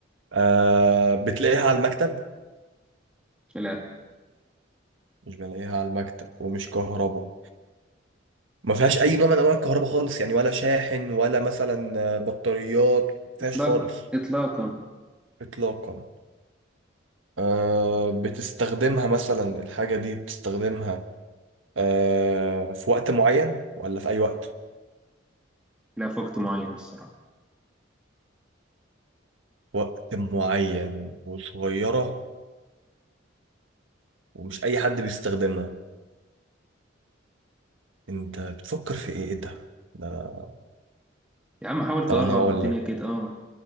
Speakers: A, on the right; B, in the centre.
A: آه بتلاقيها على المكتب
B: لا
A: مش بلاقيها على المكتب ومش كهرباء ما فيهاش اي نوع من انواع الكهرباء خالص يعني ولا شاحن ولا مثلا آه، بطاريات ما فيهاش
B: اطلاق
A: خالص
B: اطلاقا
A: اطلاقا آه بتستخدمها مثلا الحاجة دي بتستخدمها آه في وقت معين ولا في أي وقت؟
B: لا في وقت معين الصراحه
A: وقت معين وصغيرة ومش أي حد بيستخدمها أنت بتفكر في إيه إيه ده؟ ده
B: يا عم حاول
A: طب
B: تقرب
A: أنا هقول
B: الدنيا
A: لك
B: كده اه